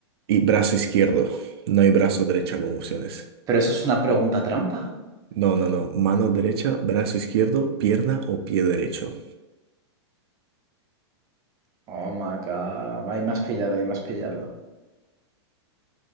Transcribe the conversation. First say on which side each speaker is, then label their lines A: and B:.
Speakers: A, on the right; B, on the right.
A: y brazo izquierdo. No hay brazo derecha como opciones.
B: Pero eso es una pregunta trampa.
A: No, no, no. Mano derecha, brazo izquierdo, pierna o pie derecho.
B: Oh my God. Ahí más pillado, ahí más pillado.